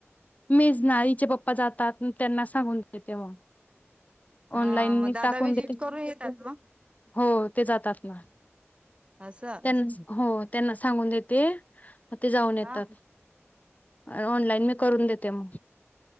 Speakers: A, on the left; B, on the right.
A: मेजनाईचे पप्पा जातात त्यांना सांगून देतेव
B: हा
A: ऑनलाईन
B: मग
A: म
B: दादा
A: टाकून
B: विजिट
A: देते
B: करून येतात मग
A: हो ते जातात ना
B: असं
A: त्यांना हो त्यांना सांगून देते मग ते जाऊन येतात,
B: हा
A: ऑनलाईन मी करून देते म.